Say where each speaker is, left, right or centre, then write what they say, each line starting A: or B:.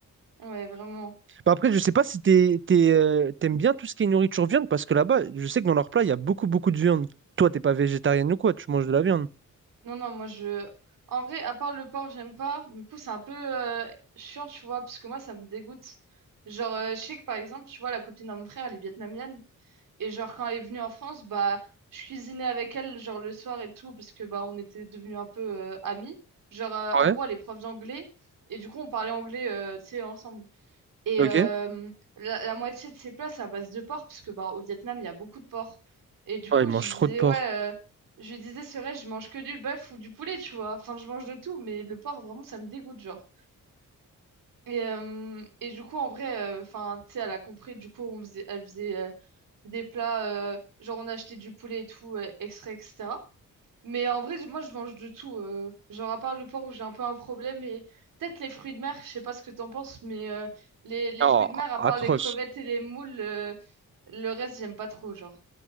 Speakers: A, on the right; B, on the right.
A: ouais, vraiment.
B: Bah, après, je sais pas si t'es, t'es, euh, t'aimes bien tout ce qui est nourriture viande, parce que là-bas, je sais que dans leur plat, il y a beaucoup, beaucoup de viande. Toi, t'es pas végétarienne ou quoi, tu manges de la viande.
A: Non, non, moi, je. En vrai, à part le porc, j'aime pas. Du coup, c'est un peu euh, chiant, tu vois, parce que moi, ça me dégoûte. Genre, euh, je sais que par exemple, tu vois, la copine à mon frère, elle est vietnamienne. Et genre, quand elle est venue en France, bah, je cuisinais avec elle, genre, le soir et tout, parce que, bah, on était devenus un peu euh, amis. Genre, euh,
B: Ouais,
A: en gros, elle est prof d'anglais, et du coup, on parlait anglais, euh, tu sais, ensemble. Et
B: ok.
A: euh, la, la moitié de ses plats, c'est à base de porc, parce que, bah, au Vietnam, il y a beaucoup de porc. Et du
B: Ouais,
A: coup,
B: ils mangent
A: je lui
B: trop
A: disais,
B: de porc.
A: ouais, euh, je lui disais, c'est vrai, je mange que du bœuf ou du poulet, tu vois. Enfin, je mange de tout, mais le porc, vraiment, ça me dégoûte, genre. Et, euh, et du coup, en vrai, euh, enfin, tu sais, elle a compris. Du coup, on faisait, elle faisait euh, des plats, euh, genre on achetait du poulet et tout, euh, extrait, etc. Mais en vrai, moi, je mange de tout. euh, genre, à part le porc où j'ai un peu un problème, et peut-être les fruits de mer, je sais pas ce que t'en penses, mais euh, les, les
B: Oh,
A: fruits de mer, à
B: atroce.
A: part les crevettes et les moules, euh, le reste, j'aime pas trop, genre.